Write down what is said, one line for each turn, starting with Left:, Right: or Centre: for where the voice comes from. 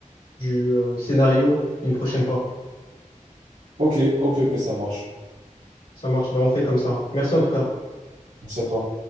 Left: du euh, scénario une prochaine fois.
Right: Ok, ok, ok, ça marche.
Left: Ça marche, ben on fait comme ça. Merci en tout cas.
Right: Merci à toi.